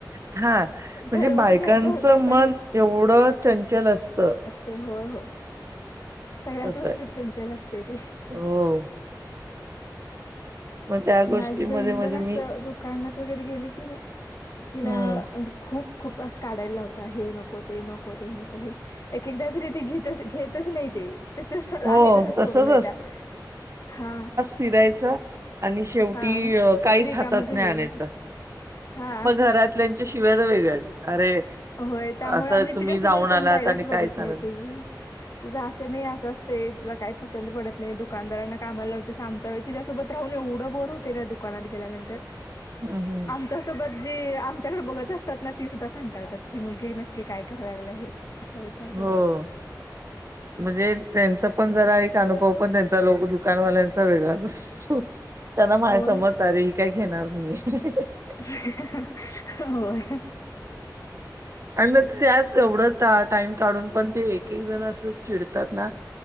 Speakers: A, on the right; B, on the left.
A: हा म्हणजे
B: ठरवून
A: बायकाचं
B: जायचं होतंय पण
A: मन एवढं चंचल असत.
B: ते होय होय. सगळ्याच
A: तसं
B: गोष्टी
A: आहे.
B: चंचल असतय ते.
A: हो मग त्या गोष्टीमध्ये
B: माझी बहीण
A: म्हणजे
B: पण
A: मी
B: असं दुकानात वगैरे गेली कीणी तिला
A: हम्म
B: म्हणजे खूप खूप काढायला असं लावत्या. हे नको ते नको ते नको हे एक एकदा तरी ते घीत घेतच नाही ते. ते तस
A: हो
B: आहे तस
A: तसच
B: सोडून येत्या हा.
A: फिरायच आणि शेवटी
B: हा
A: काहीच
B: रिकाम
A: हातात
B: घरी
A: नाही आणायच.
B: हा
A: मग घरातल्यांच्या शिव्या तर वेगळच अरे
B: होय. त्यामुळे
A: असं
B: आम्ही
A: तुम्ही
B: तिच्या सोबत
A: जाऊन
B: कोण
A: आलात
B: जायलाच
A: आणि काहीच
B: बघत नाही.
A: आणत
B: तुझं तुझं असं नाही असं असतय. तुला काय पसंद पडत नाही दुकानदारांना कामा लावतीस आ तिच्यासोबत राहून एवढं बोर होते ना दुकानात गेल्यानंतर
A: हम्म हम्म.
B: त्यासोबत जे आमच्याकडे बघत असतात ना ती सुद्धा कंटाळतात. ही मुलगी नक्की काय करायला आहेत. असा विचार
A: हो.
B: करून
A: म्हणजे त्यांच पण जरा एक अनुभव पण त्यांचा लो दुकानवाल्यांचा वेगळाच असतो. त्यांना माय
B: होय
A: समज अरे ही काय घेणार नाही. अहं अहं
B: अहं अहं होय.
A: आणि त्याच एवढं टाइम काढून पण ते एक एक जण असं चिडतात ना